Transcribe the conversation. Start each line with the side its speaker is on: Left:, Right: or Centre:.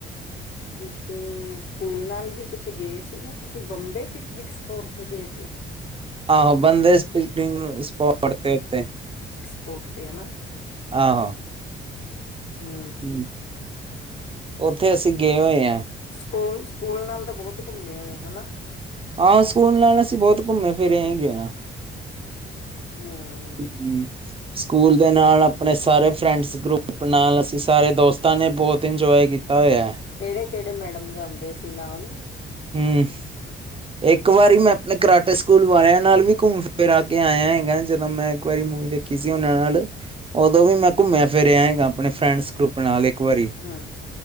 Left: ਇੱਕ ਸਕੂਲ ਨਾਲ ਵੀ ਕਿਤੇ ਗਏ ਸੀ ਏ ਨਾ ਤੁਸੀਂ ਬੰਬੇ ਪਿਕਨਿਕ ਸਪੋਟ ਤੇ ਗਏ ਸੀ।
Right: ਆਹੋ ਬੰਦੇ ਸਪਿਡੀਕ ਸਪੋਟ ਤੇ ਉੱਤੇ।
Left: ਪੋਟ ਤੇ ਹੇਨਾ।
Right: ਆਹੋ।
Left: ਹੂੰ।
Right: ਹਮ ਉੱਥੇ ਅਸੀਂ ਗਏ ਹੋਏ ਆ।
Left: ਸਕੂਲ, ਸਕੂਲ ਨਾਲ ਤਾਂ ਬਹੁਤ ਘੁੰਮੇ ਹੋਏ ਹਨਾ।
Right: ਹਾਂ, ਸਕੂਲ ਨਾਲ ਅਸੀ ਬਹੁਤ ਘੁੰਮੇ ਫਿਰੇ ਹੈਗੇ ਆ।
Left: ਹੂੰ,
Right: ਹੂੰ। ਸਕੂਲ ਦੇ ਨਾਲ ਅਪਣੇ ਸਾਰੇ ਫਰੈਂਡਸ ਗਰੁੱਪ ਨਾਲ ਅਸੀਂ ਸਾਰੇ ਦੋਸਤਾਂ ਨੇ ਬਹੁਤ ਇੰਜੋਏ ਕੀਤਾ ਹੋਇਆ। ਹੈ।
Left: ਕਿਹੜੇ ਕਿਹੜੇ ਮੈਡਮ ਜਾਂਦੇ ਸੀ ਨਾਲ।
Right: ਹਮ। ਇੱਕ ਵਾਰੀ ਮੈਂ ਅਪਨੇ ਕਰਾਟੇ ਸਕੂਲ ਵਾਲਿਆਂ ਨਾਲ ਵੀ ਘੁੰਮ ਫਿਰ ਕੇ ਆਇਆ, ਹੈਗਾ ਜਦੋਂ ਮੈਂ ਇੱਕ ਵਾਰੀ ਮੂਵੀ ਦੇਖੀ ਸੀ ਉਹਨਾਂ ਨਾਲ ਉਦੋਂ ਵੀ ਮੈਂ ਘੁੰਮਿਆ ਫਿਰਿਆ ਏਗਾ ਅਪਣੇ ਫਰੈਂਡਸ ਗਰੁੱਪ ਨਾਲ ਵਾਰੀ
Left: ਹਾ